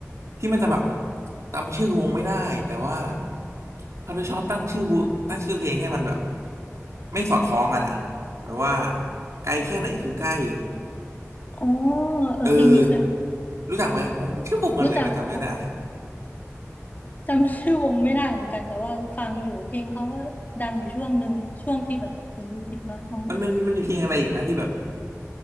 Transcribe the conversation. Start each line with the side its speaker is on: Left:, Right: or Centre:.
Right: ที่มันจะแบบจำชื่อวงไม่ได้แต่ว่าเขาจะชอบตั้งชื่อวงตั้งชื่อเพลงให้มันแบบไม่สอดคล้องกันอ่ะแบบว่าไกลแค่ไหนคือใกล้
Left: อ๋อเออเพลงนี้เคย
Right: เออรู้จักไหมวงชื่อวงอะไรวะจำไม่ได้
Left: รู้จักรู้จักจำชื่อวงไม่ได้เหมือนกันแต่ว่าฟังอยู่เพลงเขาก็ดังอยู่ช่วงหนึ่งช่วงที่แบบเออฮิปน้อยฟัง
Right: มันมันมันมีเพลงอะไรอีกนะที่แบบ